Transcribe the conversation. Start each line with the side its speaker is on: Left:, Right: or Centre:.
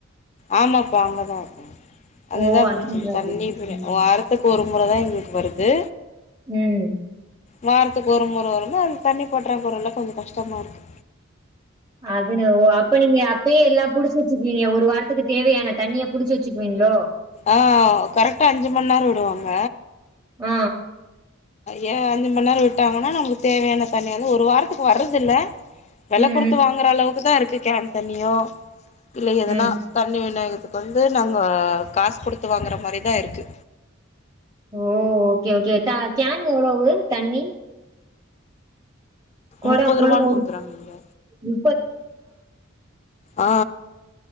Left: ஆமாப்பா அங்கதா இருக்க அதுதா
Right: ஓ! அதுனால
Left: பிரச்சனை
Right: அப்டி
Left: தண்ணிப்ப
Right: இருக்கு. ம்.
Left: வாரத் துக்கு ஒருமுறைதா எங்களுக்கு வருது
Right: ம்
Left: வாரத்துக்கு ஒரு முறை வரும்ம அது தண்ணி பற்றாக்குறல கொஞ்ச கஷ்டமா இருக்கு
Right: அது ந ஒ அப் ப நீங்க அப்பயே எல்லா புடிச்சு வெச்சுக்குவிங்க ஒரு வாரத்துக்கு தேவையான தண்ணிய புடிச்சு வெச்சுக்குவிங்ளோ
Left: ஆ கரெக்டா அஞ்சு மண் நேர விடுவாங்க
Right: ஆ
Left: ஏ அஞ்சு மண்நேர விட்டாங்கன்னா நம்மளுக்கு தேவையான தண்ணி வந்து ஒரு வாரத்துக்கு வர்றதில்ல வெல
Right: ம்,
Left: குடுத்து
Right: ம்,
Left: வாங்கற அளவுக்குதா இருக்கு கேன் தண்ணியோ இல்ல எதுனா
Right: ம்.
Left: தண்ணி விநியோகத்துக்கு வந்து நாங்க காசு குடுத்து வாங்கற மாரிதா இருக்கு
Right: ஓ ஓகே ஓகே கேன் எவ்வளவுங்க தண்ணி குடம்
Left: முப்பது
Right: குடம்
Left: ருவான்னு
Right: ஒரு
Left: குடுக்குறாங்க இங்க
Right: ரூ.
Left: ஆ